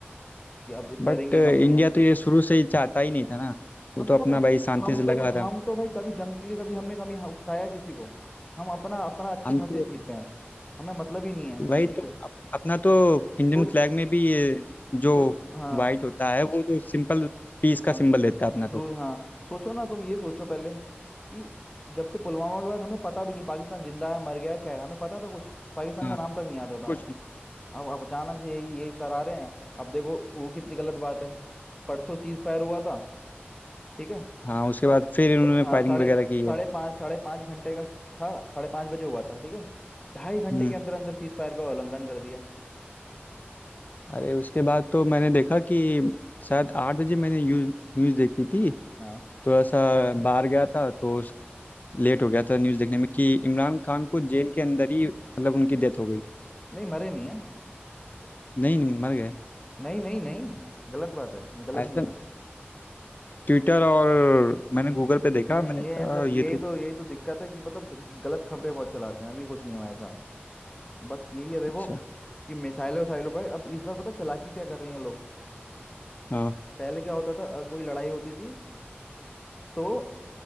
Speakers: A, on the left; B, on the left.
A: कि अब डरेंगी
B: बट इंडिया
A: कंपनियां
B: तो ये शुरू से ही चाहता ही नहीं था ना वो
A: हम
B: तो
A: तो
B: अपना
A: कभी
B: भाई शांति
A: हम
B: से
A: तो
B: लगा था
A: हम तो भाई कभी जंग के लिए कभी हमने कभी यहाँ उकसाया किसी को हम अपना अपना अच्छे
B: हम
A: खासे
B: तो
A: जीते हैं हमें मतलब ही नहीं है
B: वही
A: किसी
B: तो
A: से
B: अप- अपना तो इंडियन
A: सोच
B: फ्लैग में भी ये जो
A: सोच हाँ
B: वाइट होता है वो तो सिंपल पीस
A: हाँ
B: का सिंबल देता है
A: हाँ,
B: अपना
A: ट्रू
B: तो
A: हाँ सोचो ना तुम ये सोचो पहले कि जब से पुलवामा के बाद हमें पता भी नहीं पाकिस्तान जिंदा है मर गया है, क्या है हमें पता था कुछ पाकिस्तान
B: हाँ
A: का नाम तक नहीं आता था
B: कुछ भी
A: अब अब अचानक से यही यही करा रहे हैं अब देखो वो कितनी गलत बात है परसों सीज फायर हुआ था ठीक है
B: हाँ उसके बाद फिर इन्होंने
A: स- हाँ
B: फायरिंग
A: साढ़े
B: वगैरह की
A: साढ़े
B: है
A: पाँच साढ़े पाँच घंटे का स- था साढ़े पाँच बजे हुआ था ठीक है ढाई घंटे
B: हम्म
A: के अंदर अंदर सीज फायर का उल्लंघन कर दिया
B: अरे उसके बाद तो मैंने देखा कि शायद आठ बजे मैंने न्यूज न्यूज देखी थी
A: हाँ
B: थोड़ा सा बाहर गया था तो उस लेट हो गया था न्यूज देखने में कि इमरान खान को जेल के अंदर ही मतलब उनकी डेथ हो गई
A: नहीं मरे नहीं है
B: नहीं नहीं, मर गए
A: नहीं नहीं नहीं गलत बात है ये गलत
B: ऐसा
A: न्यूज़ है
B: ट्विटर और मैंने गूगल पे देखा
A: नहीं
B: मैंने
A: ये
B: कहा
A: सब यही
B: ये तो
A: तो यही तो दिक्कत है कि मतलब गलत खबरें बहुत चलाते हैं अभी कुछ नहीं हुआ ऐसा बस यही है देखो
B: अच्छा
A: कि मिसाइलों वसाइलों का अब इस बार पता चालाकी क्या कर रही हैं लोग
B: हाँ
A: पहले क्या होता था अ, कोई लड़ाई होती थी तो